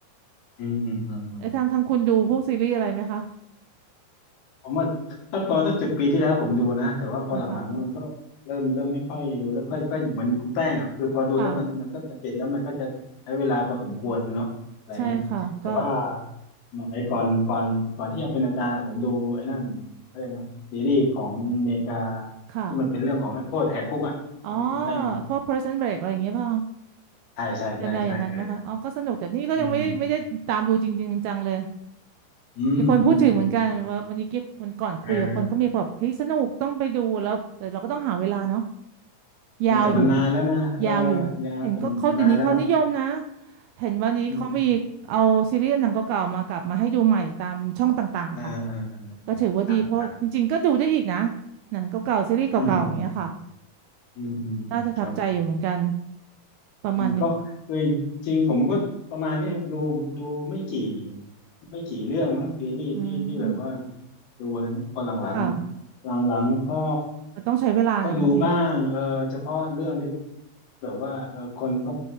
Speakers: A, on the left (about 65°); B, on the right (about 80°).
A: อืมอืมอืมอืม
B: เอ้ยทางข้างคุณดูพวกซีรีส์อะไรไหมคะ
A: ผมว่าสักประมาณสักสิบปีที่แล้วผมดูนะแต่ว่าพอหลังๆมันก็เริ่มเริ่มไม่ค่อยดูแล้วค่อยก็เหมือนคุณแป้งอ่ะคือพอดูแล้วมันมันก็จะติดแล้วมันก็จะใช้เวลาพอสมควรเนาะอะไรเงี้ยแต่ว่า
B: นะคะค่ะใช่ค่ะก็
A: สมัยก่อนก่อนก่อนที่จะเป็นอาจารย์อะผมดูไอ้นั่นอะไรยกนะซีรีส์ของอเมริกา
B: ค่ะ
A: ที่มันเป็นเรื่องของนักโทษแหกคุกอ่ะไม่รู้คุณแป้ง
B: อ๋อพวก Prison Break อะไรอย่างเงี้ยเปล่ะ
A: ใช่ใช่ใช่ใช่เออ
B: แนวๆอย่างนั้นไหมคะอ๋อก็สนุกแต่นี่ก็ยังไม่ได้ไม่ได้ตามดูจริงๆจังเลย
A: อืมอืมอืมอืมอืม
B: มีคนพูดถึงเหมือนกันว่าวันนี้เก๊กวันก่อนคุยกับคนก็มีคนแบบเฮ้ยสนุกต้องไปดูแล้วแต่เราก็ต้องหาเวลาเนาะ
A: เออเออแต่มันนานแล้วนะเออ
B: ยาวอยู่ยาวอยู่เห็นก็เขาเดี๋ยวนี้เขานิยมนะ
A: ยาแต่มันนานแล้วอ่ะ
B: เห็นวันนี้เขามีเอาซีรีส์หนังเก่าๆมากลับมาให้ดูใหม่ตามช่องต่างๆค่ะ
A: อืม อ่าอ่าอ่า
B: ก็ถือว่าดีเพราะจริงๆก็ดูได้อีกนะ
A: ครับครับ
B: หนังเก่าๆซีรีส์เก่าๆอย่างเงี้ยค่ะ
A: อืมอืมอืมอืมอืมครับ
B: น่าจะทับใจอยู่เหมือนกันประมาณหนึ่ง
A: อืมก็เอ้ยจริงผมก็ประมาณเนี้ยดูดูไม่กี่ไม่กี่เรื่องมั้งซีรีส์ที่ที่แบบว่า
B: อืม
A: ดูอะไรเงี้ยพอหลังๆหลังๆก็
B: ค่ะแต่ต้องใช้เวลานะบางที
A: ก็ดูบ้างเออเฉพาะเรื่องที่แบบว่าเออคนเขา